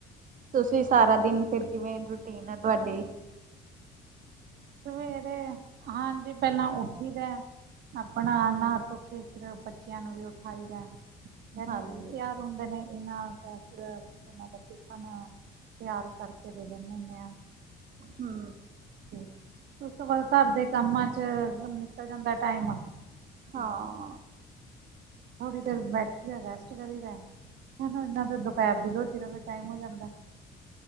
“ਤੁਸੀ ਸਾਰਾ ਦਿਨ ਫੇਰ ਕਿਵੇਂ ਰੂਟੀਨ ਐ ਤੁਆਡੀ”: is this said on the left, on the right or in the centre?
Right